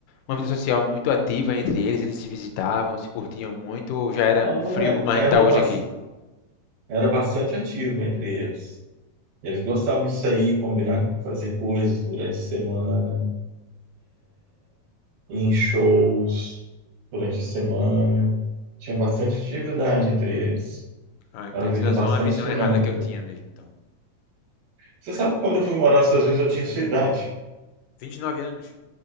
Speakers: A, on the left; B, on the right.
A: uma vida social muito ativa entre eles, eles se visitavam, se curtiam muito, ou já era
B: Não,
A: frio
B: é-
A: como a
B: era,
A: gente tá hoje
B: bas-
A: aqui?
B: era bastante ativo entre eles. Eles gostavam de sair, combinar, fazer coisas durante a semana, ir em shows durante a semana. Tinha bastante atividade entre eles.
A: Ah, então
B: Era uma
A: isso
B: vida
A: era
B: é bastante
A: só uma visão
B: dinâmica.
A: errada que eu tinha mesmo, então.
B: Você sabe que quando eu fui morar nos Estados Unidos, eu tinha sua idade,
A: 29 anos.